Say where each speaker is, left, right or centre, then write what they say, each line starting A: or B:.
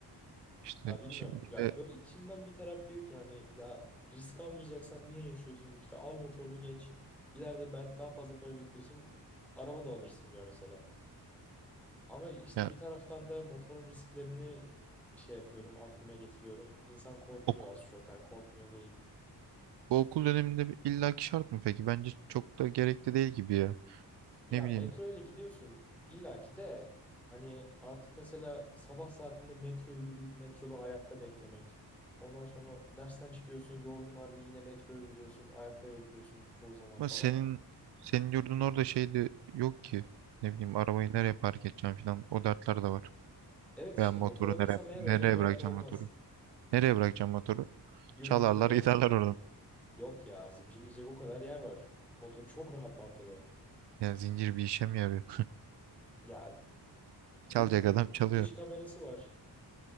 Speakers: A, on the right; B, in the centre.
A: İşte
B: Ya bilmiyorum.
A: şimdi bir
B: Ya
A: de
B: böyle içimden bir taraf diyor ki hani ya risk almayacaksan niye yaşıyorsun? İşte al motorunu geç. İleride belki daha fazla para biriktirirsin. Araba da alırsın diyor mesela. Ama işte
A: yani
B: bir taraftan da motorun risklerini şey yapıyorum, aklıma getiriyorum. İnsan korkuyor
A: ok
B: az çok. Hani korkmuyor değil.
A: bu okul döneminde bir illaki şart mı peki? Bence çok da gerekli değil gibi ya.
B: Ya
A: Ne bileyim
B: metro ile gidiyorsun illaki de hani artık mesela sabah saatinde metroya yürüyüp metroda ayakta beklemek. Ondan sonra dersten çıkıyorsun yorgun argın yine metroya yürüyorsun ayakta bekliyorsun çoğu zaman
A: ama
B: falan.
A: senin senin yurdun orada şey de yok ki ne bileyim arabayı nereye park edeceğim falan o dertler de var.
B: Evet
A: Ben
B: işte
A: motoru
B: motor alırsam
A: nereye,
B: eğer
A: nereye
B: öyle bir derdim
A: bırakacağım
B: olmaz.
A: motoru? Nereye bırakacağım motoru?
B: Yurdun
A: Çalarlar
B: önüne bırakırım.
A: <laughs> giderler oradan.
B: Yok ya zincirleyecek o kadar yer var. Motoru çok rahat park ederim.
A: Ya zincir bir işe mi yarıyor?
B: Ya yurdun
A: Çalacak adam çalıyor.
B: dış kamerası var.